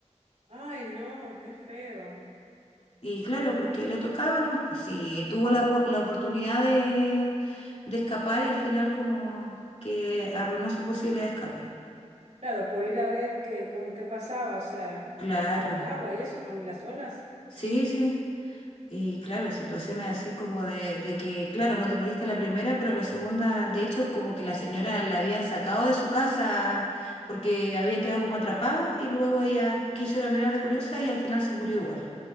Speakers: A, on the right; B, on the left.
A: Ay, no, qué feo.
B: Y claro, porque le tocaba, ¿no? Pues sí, tuvo la, po- la oportunidad de, de escapar y al final como que arruinó su posibilidad de escape.
A: Claro, por ir a ver qué, como qué pasaba, o sea,
B: Claro,
A: eh, con el agua y eso, con las olas.
B: sí, sí. Y claro, situaciones
A: Mm.
B: así como de, de que, claro, no te moriste a la primera, pero a la segunda, de hecho, como que la señora la habían sacado de su casa porque había quedado como atrapada y luego ella quiso ir a mirar de
A: Ah,
B: curiosa y al final se murió igual.